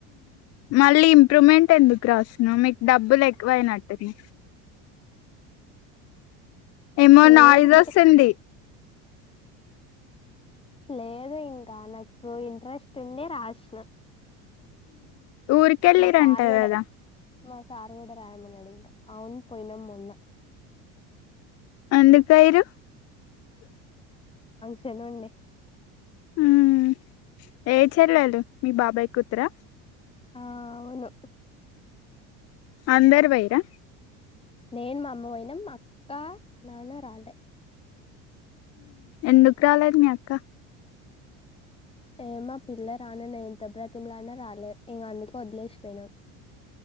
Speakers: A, on the left (about 45°); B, on the left (about 15°).
A: మళ్ళీ ఇంప్రూవ్మెంట్ ఎందుకు రాస్తున్నా మీకు డబ్బులు ఎక్కువయినట్టు అని ఏమో
B: లేదు
A: నాయిస్ వస్తుంది
B: లే లేదు ఇంకా నాకు ఇంట్రెస్ట్ ఉండి రాసిన
A: ఊర్కెళ్ళరంట
B: మా సార్ కూడా
A: గదా
B: మా సారు కూడా రాయమని అన్నడు ఇంక అవును పోయినాం మొన్న
A: ఎందుకాయరు
B: జనండడి
A: హ్మ్ ఏ చెల్లలు మీ బాబాయ్ కుతురా
B: ఆ అవును
A: అందరు వైరా
B: నేను మామ్మోపోయినం అక్కా నాన్న రాలె
A: ఎందుకు రాలేదు మీ అక్క
B: ఏమా పిల్ల రాను న ఎంత బ్రా తిమ్లానా రాలే ఇంకా అందుకే వదిలేసినా ఇక అందుకు